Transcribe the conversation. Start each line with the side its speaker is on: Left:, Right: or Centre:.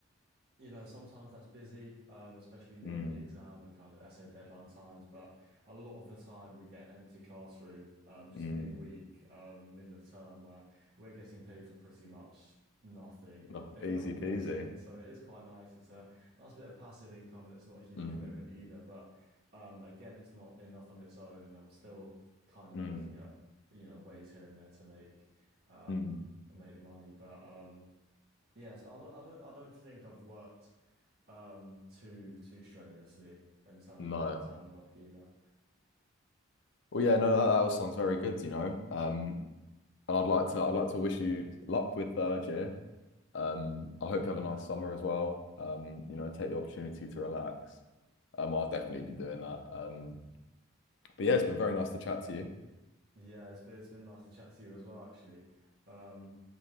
Right: You know, sometimes that's busy, um, especially near
Left: mm,
Right: the exam and kind of essay deadline times. But a lot of the time, we get an empty classroom, um, just
Left: mm.
Right: midweek, um, middle of term, where we're getting paid for pretty much nothing
Left: Oh,
Right: if
Left: easy
Right: no one
Left: peasy.
Right: walks in. So it is quite nice. It's a nice bit of passive income, and it's not a huge
Left: Mm,
Right: commitment either. But um, again, it's not enough on its own, and I'm still kind of
Left: mm,
Right: looking at, you know, ways here and there to make um,
Left: mm.
Right: make money. But um, yes, I don't, I don't, I don't think I've worked um too too strenuously in terms
Left: No.
Right: of part-time work either.
Left: Well, yeah, no, that, that all sounds very good, you know. Um, and I'd like to, I'd like to wish you luck with third year. Um, I hope you have a nice summer as well. Um, you know, take the opportunity to relax. Um, I'll definitely be doing that. Um, but yeah, it's been very nice to chat to you.
Right: Yeah, it's been, it's been nice to chat to you as well, actually. Um,